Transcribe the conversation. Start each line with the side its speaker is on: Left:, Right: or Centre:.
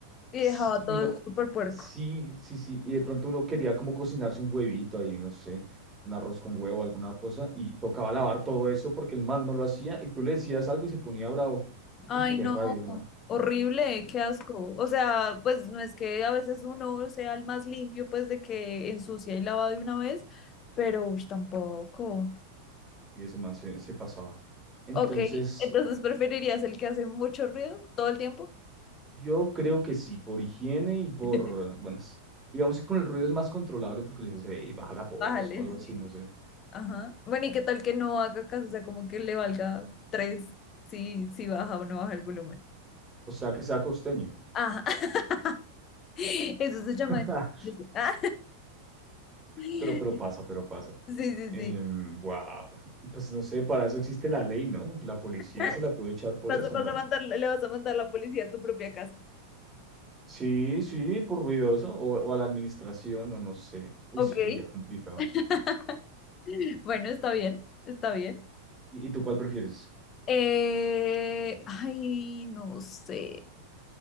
Left: y
Right: Sí,
Left: dejaba
Right: y
Left: todo
Right: uno,
Left: eso súper puerco.
Right: sí, sí, sí. Y de pronto uno quería como cocinarse un huevito ahí, no sé, un arroz con huevo, alguna cosa, y tocaba lavar todo eso porque el man no lo hacía y tú le decías algo y se ponía bravo.
Left: Ay,
Right: Uy, qué
Left: no,
Right: rabia ese man.
Left: horrible, qué asco. O sea, pues no es que a veces uno sea el más limpio, pues de que ensucia y lava de una vez, pero ush, tampoco.
Right: Y ese man se, se pasaba. Entonces,
Left: Ok, entonces preferirías el que hace mucho ruido todo el tiempo.
Right: yo creo que sí, por higiene y por,
Left: <laughs>
Right: bueno, es- digamos que con el ruido es más controlable porque le dice, hey, baja la voz
Left: Bájale,
Right: o algo
Left: sí.
Right: así, no sé.
Left: Ajá. Bueno, ¿y qué tal que no haga caso? O sea, como que le valga tres si, si baja o no baja el volumen.
Right: O sea, que sea costeño.
Left: Ajá. <laughs> Eso se
Right: <laughs>
Left: llama. <laughs> Ah, Sí,
Right: Pero, pero pasa, pero pasa.
Left: sí,
Right: Em,
Left: sí.
Right: wow. Pues no sé, para eso existe la ley, ¿no? La policía
Left: <laughs>
Right: se la puede echar por
Left: Vas
Right: eso,
Left: a, vas
Right: ¿no?
Left: a mandar, le vas a mandar la policía a tu propia casa.
Right: Sí, sí, por ruidoso, o, o a la administración, o no sé. Uy,
Left: Ok,
Right: eso sería complicado.
Left: <laughs> bueno, está bien, está bien.
Right: ¿Y, y tú cuál prefieres?
Left: Eh, ay, no sé.